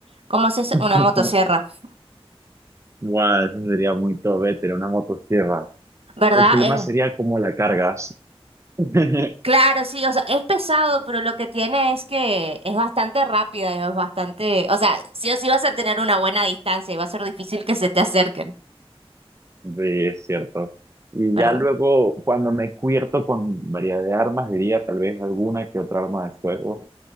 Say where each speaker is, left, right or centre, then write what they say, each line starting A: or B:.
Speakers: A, on the right; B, on the right.
A: ¿cómo se dice?
B: <laughs>
A: Una motosierra,
B: Guau, eso sería muy top, eh, tener una motosierra.
A: ¿verdad?
B: El problema
A: Eh,
B: sería cómo la cargas. <laughs>
A: Claro, sí, o sea, es pesado, pero lo que tiene es que es bastante rápida y es bastante, o sea, sí o sí vas a tener una buena distancia y va a ser difícil que se te acerquen,
B: Sí, es cierto. Y
A: ¿verdad?
B: ya luego, cuando me cubierto con variedad de armas, diría tal vez alguna que otra arma de fuego.